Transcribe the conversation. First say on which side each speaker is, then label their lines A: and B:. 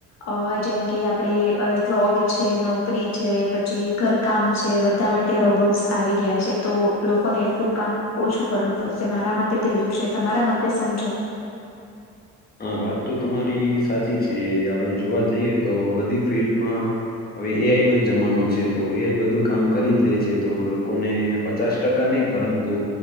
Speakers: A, on the left (about 60°); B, on the left (about 30°).
A: અ જેમ કે આપડે અ જોબ છે, નોકરી છે, પછી ઘર કામ છે. બધા માટે રોબોટ્સ આવી ગીયા છે. તો લોકોને એટલું કામ ઓછું કરવું પડશે. મારા મતે તો એવું છે, તમારા મતે શું છે?
B: હા, વાત તો તમારી સાચી છે. આપણે જોવા જઈએ તો બધી ફિલ્ડમાં હવે એઆઈ નો જ જમાનો છે. તો એઆઈ બધું કામ કરી જ લે છે, તો લોકોને પચાસ ટકા નઈ પરંતુ